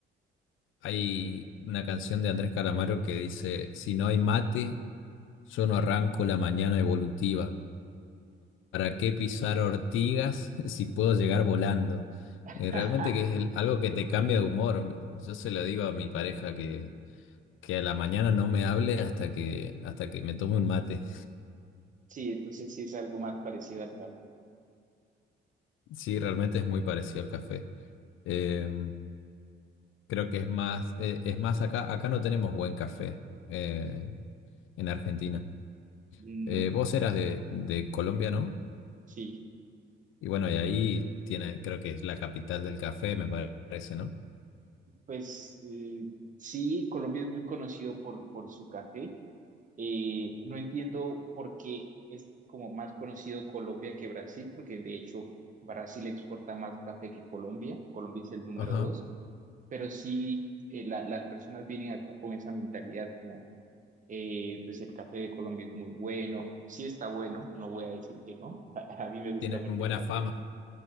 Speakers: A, on the left (about 85°); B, on the right (about 40°).
A: Hay una canción de Andrés Calamaro que dice, si no hay mate, yo no arranco la mañana evolutiva. ¿Para qué pisar ortigas <laughs> si puedo llegar volando?
B: <laughs>
A: Eh, realmente que es el- algo que te cambia de humor. Yo se lo digo a mi pareja que, que a la mañana no me hable hasta que, hasta que me tome un mate.
B: Sí, entonces sí es algo más parecido al café.
A: Sí, realmente es muy parecido al café. Eh, creo que es más, eh, es más acá, acá no tenemos buen café eh, en Argentina.
B: Mm,
A: Eh, vos eras de, de Colombia, ¿no?
B: sí,
A: Y bueno, y ahí tiene, creo que es la capital del café, me parece, ¿no?
B: pues eh, sí, Colombia es muy conocido por, por su café. Eh, no entiendo por qué es como más conocido Colombia que Brasil, porque de hecho Brasil exporta más café que Colombia. Colombia es el número
A: Ajá.
B: dos, pero sí eh, la- las personas vienen acá con esa mentalidad como, eh, pues el café de Colombia es muy bueno, sí está bueno, no voy a decir que no, <laughs> a a mí me gusta
A: Tienen
B: mucho
A: buena
B: el café,
A: fama.